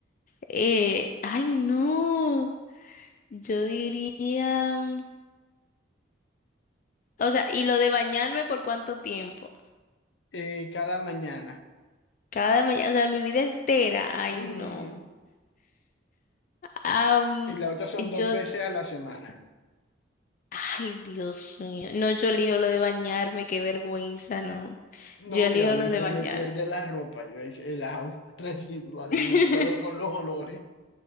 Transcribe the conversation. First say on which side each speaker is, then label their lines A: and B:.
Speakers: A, on the left; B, on the left.
A: Eh, ay, no. Yo diría, mm, o sea, y lo de bañarme por cuánto tiempo.
B: Eh, cada mañana.
A: Cada mañana, o sea, mi vida entera. Ay,
B: Ujú.
A: no. Am,
B: Y la otra son
A: yo
B: dos veces a la semana.
A: Ay, Dios mío. No, yo elijo lo de bañarme, qué vergüenza, no.
B: No,
A: Yo elijo
B: y a mí
A: lo de
B: se
A: bañarme.
B: me pierde la ropa, yo es- el agua <laughs> residuales,
A: <laughs>
B: no puedo con los olores.